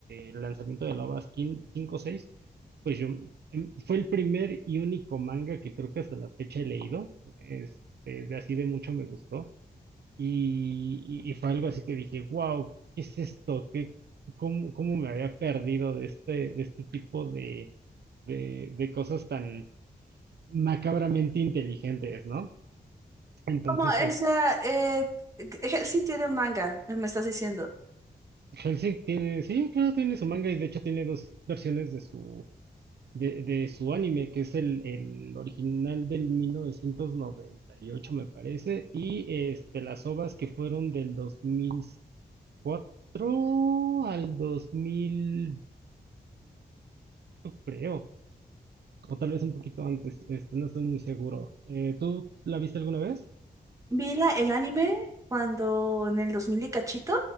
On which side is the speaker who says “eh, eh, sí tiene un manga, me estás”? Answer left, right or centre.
Right